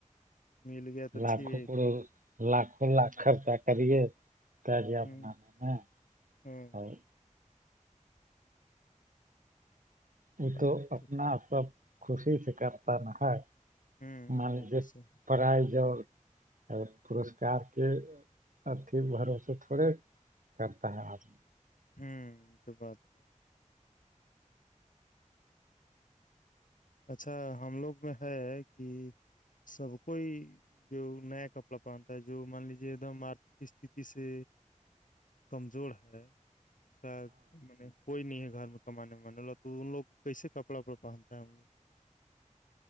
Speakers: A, on the left; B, on the right.
A: مل گیا تو
B: لاکھوں
A: ٹھیک
B: کروڑ لاکھوں لاکھ خرچہ کریے ت جے اپناان
A: ہوں
B: میں
A: ہوں
B: اور <unintelligible> وہ
A: بات
B: تو اپنا سب خوشی سے کرتا نہ ہے
A: ہوں
B: مان لیجیے
A: تو سے
B: پرائز اور پورسکار کے اھی بھروسے تھوڑے کرتا ہے آدمی <unintelligible>
A: ہوں یہ تو بات ہے اچھا ہم لوگ میں ہے کہ سب کوئی جو نیا کپڑا پہنتا ہے جو مان لیجے ایک دم آرتھک استھتی سے کمزور ہے اس کا میں <unintelligible> کوئی نہیں ہے گھر میں کمانے مانے والا تو ان لوگ کیسے کپڑا وپڑا پہنتا ہے ہم لوگ